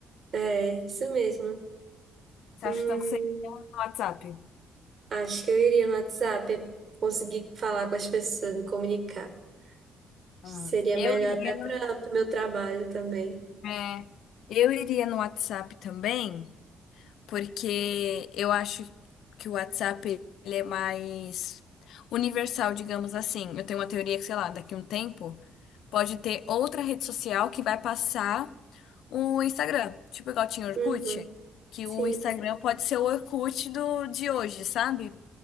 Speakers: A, on the right (about 50°); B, on the left (about 80°).
A: É, isso mesmo.
B: Você
A: Hum,
B: acha então que tanto seria no WhatsApp?
A: acho que eu iria no WhatsApp conseguir falar com as pessoas, me comunicar. Seria
B: Hum, Eu
A: melhor
B: iria,
A: até para o meu trabalho também.
B: é, eu iria no WhatsApp também. porque eu acho que o WhatsApp ele é mais universal, digamos assim. Eu tenho uma teoria que, sei lá, daqui a um tempo pode ter outra rede social que vai passar o Instagram, tipo igual tinha o Orkut,
A: Uhum,
B: que
A: Sim,
B: o Instagram pode ser o Orkut do de hoje, sabe?